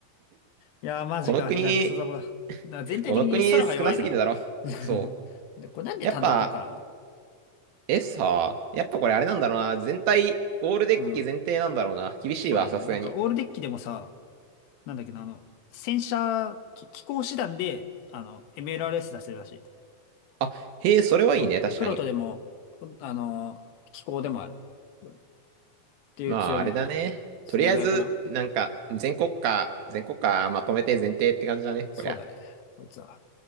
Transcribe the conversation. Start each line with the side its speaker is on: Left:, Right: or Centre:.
Left: いやー、マジか。
Right: この国、
Left: じゃあ、クソザコだ。な、全体的に空が弱いな。
Right: この国少なすぎるだろ。
Left: <laughs>
Right: そ
Left: で、これなんで単独効果なの
Right: う。やっぱ、え、さあ、やっぱこれあれなんだろうな。全体、オールデッキ前提なんだろうな。
Left: うん。
Right: 厳しいわ、
Left: そうだね。
Right: さすがに。
Left: なんか、オールデッキでもさ、なんだっけなあの、戦車、き機甲師団で、あの、MLRS 出せるらしい。
Right: あ、へえ、それはいいね、
Left: そう。
Right: 確かに。
Left: プロトでも、ほんあの、機甲でもある。っていう強みがある。
Right: まあ、あれだね。
Left: そのぐらいかな。
Right: とりあえず、なんか、全国家、全国家まとめて前提って感じだね、
Left: そうだね。
Right: こりゃ。
Left: こいつは。